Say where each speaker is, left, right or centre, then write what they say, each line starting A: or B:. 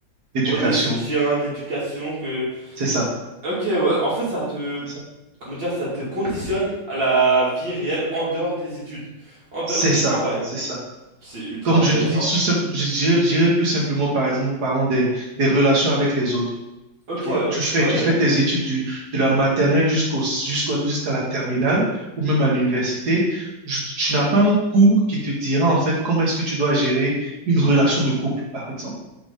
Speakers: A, on the right; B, on the right.
A: d'éducation.
B: Ouais, de soutien, d'éducation, que
A: C'est ça,
B: Ok, ouais. En fait, ça te,
A: c'est ça,
B: comment dire, ça te conditionne à la vie réelle en dehors des études, en dehors
A: c'est
B: du
A: ça,
B: travail.
A: c'est ça.
B: C'est ultra
A: Comme
B: intéressant.
A: je te dis, tout simple, je dirais, je dirais plus simplement, par exemple, en parlant des, des relations avec les autres.
B: Ok,
A: Tu vois,
B: euh,
A: tu fais,
B: ouais.
A: tu fais tes études du, de la maternelle jusqu'au, jusqu'au, jusqu'à la terminale ou même à l'université. Je- Tu n'as pas un cours qui te dira en fait comment est-ce que tu dois gérer une relation de couple, par exemple.